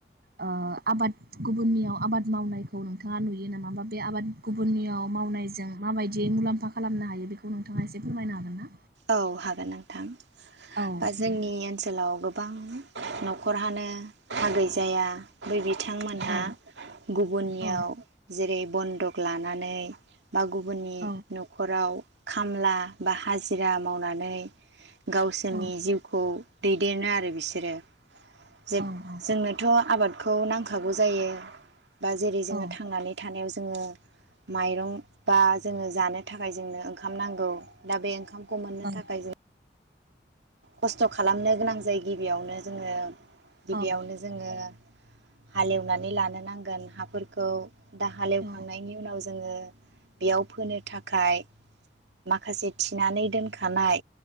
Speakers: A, on the right (about 60°); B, on the right (about 80°).
A: ओ आबाद गुबुननियाव आबाद मावनायखौ नोंथाङा नुयो नामा बे आबाद गुबुननियाव मावनायजों माबायदि जे मुलाम्फा खालामनो हायो बेखौ नोंथाङा एसे फोरमायनो हागोन ना?
B: औ हागोन नोंथां
A: औ
B: बा जोंनि
A: दे
B: ओनसोलाव गो बां न'खरहानो हा गै जाया बै बि बिथांमोनहा
A: औ
B: गुबुननियाव
A: औ
B: जेरै बन्दक लानानै बा गुबुननि
A: औ
B: न'खराव खामला बा हाजो जिरा मावनानै गावसोरनि
A: औ
B: जिउखौ दैदेनो आरो बिसोर बिसोरो जे
A: औ
B: जोंनोथ' आबाद खौ नांखागौ जायो बा जेरै
A: औ
B: जोङो थांनानै थानायाव ज जोङो माइरं बा जोङो जानो थाखाय जोंनो ओंखाम नांगौ दा बे ओंखाम खौ मोननो
A: औ
B: थाखाय जों खस्थ' खालामनो गोनां जाय गिबियावनो जोङो
A: औ
B: गिबियावनो जोङो हालेवनानै लानो नांगोन हाफोरखौ। दा हालेवखांनायनि
A: औ
B: उनाव जोङो बेयाव फोनो थाखाय माखासे थिनानै दोनखानाय